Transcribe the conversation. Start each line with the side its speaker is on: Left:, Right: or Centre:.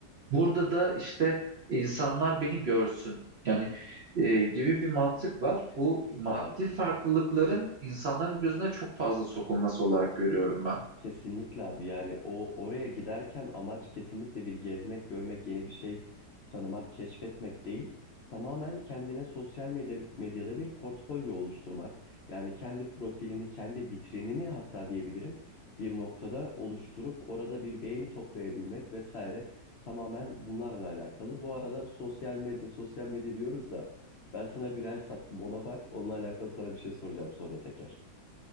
Right: Burada da işte insanlar beni görsün. Yani e, gibi bir mantık var.
Left: Kesinlikle
Right: Bu maddi
Left: abi.
Right: farklılıkların insanların gözüne çok fazla sokulması olarak görüyorum ben.
Left: Kesinlikle abi yani o oraya giderken amaç kesinlikle bir gezmek, görmek, yeni bir şey tanımak, keşfetmek değil. Tamamen kendine sosyal medya, medyada bir portfolyo oluşturmak. Yani kendi profilini, kendi vitrinini hatta diyebilirim bir noktada oluşturup orada bir beğeni toplayabilmek vesaire. Tamamen bunlarla alakalı. Bu arada sosyal medya, sosyal medya diyoruz da ben sana bir el sattım ona bak. Onunla alakalı sana bir şey soracağım sonra tekrar.